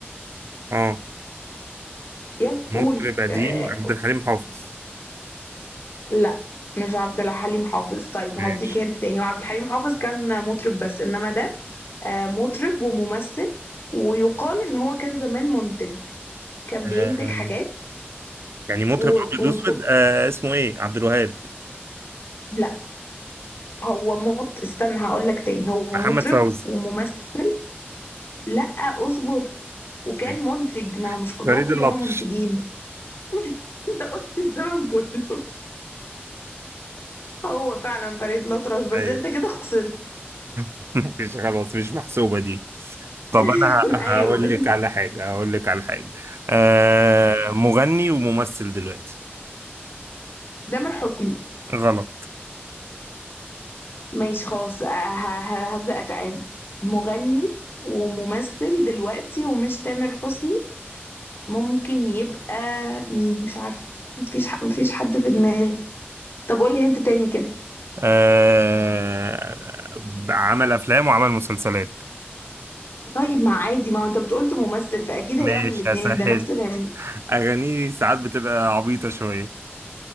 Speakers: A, on the right; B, on the left.
A: اه
B: يلا
A: مطرب
B: قول
A: قديم
B: آه
A: عبد الحليم حافظ
B: لا مش عبد الحليم حافظ طيب
A: ماشي
B: هديك هنت تاني هو عبد الحليم حافظ كان مطرب بس إنما ده آه، مطرب وممثل ويقال ان هو كان زمان منتج كان
A: آه.
B: بينتج حاجات
A: يعني مطرب
B: و...
A: ابيض
B: وصوت
A: واسود آه اسمه ايه عبد الوهاب
B: لا هو مط استنى هقول لك تاني هو
A: محمد
B: مطرب
A: فوزي
B: وممثل لا اصبر وكان
A: ماشي
B: منتج ما هو مش كلهم
A: فريد الأطرش
B: كانوا منتجين <laughs> انت قلت الزمن كله هو فعلا فريد الأطرش بس
A: ايوه
B: انت كده خسرت
A: <laughs> مش خلاص مش محسوبة دي طب
B: <laughs>
A: انا ه-
B: ايوه
A: هقول
B: بس
A: لك على حاجه هقول لك على حاجه آه مغني وممثل دلوقتي
B: تامر حسني
A: غلط
B: ماشي خلاص آه، ه- ه- هبدأ اتعامل مغني وممثل دلوقتي ومش تامر حسني ممكن يبقى مين مش عارفة مفيش ح... مفيش حد في دماغي طب قولي هنت تاني كده
A: آه عمل افلام وعمل مسلسلات
B: طيب ما عادي ما هو انت بتقولت ممثل فأكيد
A: ماشي
B: هيعمل الاتنين
A: هسهل
B: ده نفس الهنت
A: اغانيه ساعات بتبقى عبيطه شويه